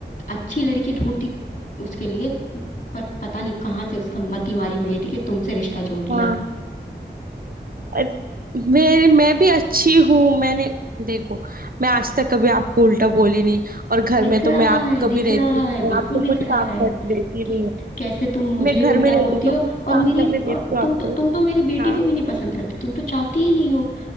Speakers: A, on the left; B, on the right.
A: अच्छी लड़की ढूंढती उसके लिए पर पता नहीं कहाँ से उसका मति मारी हुई थी कि तुमसे रिश्ता जोड़ लिया
B: हाँ अरे, मेरी मैं भी अच्छी हूँ मैंने देखो मैं आज तक कभी आपको उल्टा बोली नहीं और घर
A: दिख
B: में
A: रहा
B: तो मैं आप
A: है
B: कभी
A: दिख
B: रहती
A: रहा
B: तो
A: है बिल्कुल
B: मैं आपको
A: दिख
B: कुछ
A: रहा
B: काम
A: है
B: करने देती
A: कि
B: नहीं हूँ
A: कैसे तुम मुझे
B: मैं घर
A: उल्टा
B: में रहती
A: बोलती हो
B: तो कुछ
A: और
B: काम
A: मेरी
B: करने देती
A: और
B: हूँ
A: तुम
B: आपको
A: तो तुम तो मेरी बेटी
B: हाँ
A: को भी नहीं पसंद करती तुम तो चाहती ही नहीं हो